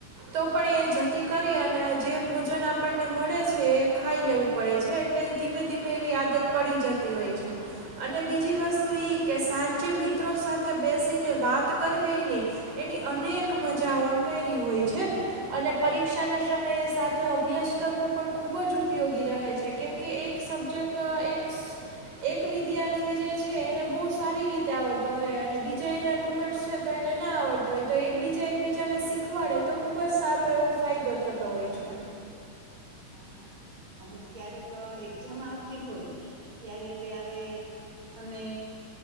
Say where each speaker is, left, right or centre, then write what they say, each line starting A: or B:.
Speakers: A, on the right; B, on the right.
A: તો પણ એ જતી કરી અને જે ભોજન આપણને મળે છે એ ખાઈ લેવું પડે છે એટલે ધીમે ધીમે એવી આદત પડી જતી હોય અને બીજી વસ્તુ કે સાંજે મિત્રો સાથે બેસીને વાત કરવીની એની અનેક મજા ઓરી હોય છે અને પરીક્ષાના સમયે સાથે અભ્યાસ કરવો પણ ખૂબ જ ઉપયોગી રહે છે કેમકે એક સબ્જેક્ટ એક એક વિદ્યાર્થી જે છે એને બહુ સારી રીતે આવડતો હોય અને બીજા એના રૂમર્સ છે તો એને ના આવડતો હોય તો એક બીજા એકબીજાને શીખવાડે તો ખુબ જ સારો એવો ફાયદો થતો હોય છે.
B: હા હા અમુક ક્યારેક એક્ઝામ આવતી હોય ત્યારે ત્યારે અને